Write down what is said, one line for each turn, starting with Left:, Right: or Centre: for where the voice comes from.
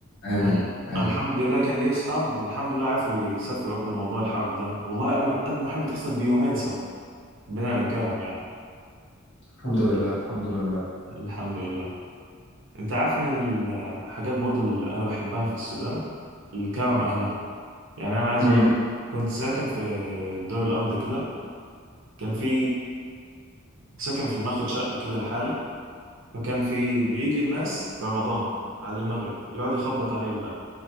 Left: آمين
Right: أنا الح-
Left: آمين
Right: أنا الحمد لله كان لي اصحاب والحمد لله عرفوا يسافروا قبل موضوع الحرب ده والله قبل ما قبل ما الحرب تحصل بيومين سافروا ربنا نجاهم يعني
Left: الحمد لله الحمد لله
Right: الحمد لله انت عارف من الحاجات برضه اللي انا بحبها في السودان الكرم اهلها يعني انا عايز
Left: مم.
Right: اقول لك كنت ساكن في الدور الارضي كده كان في ساكن في ماخد شقه كده لحالي فكان في بيجي الناس في رمضان على المغرب يقعد يخبط علي الباب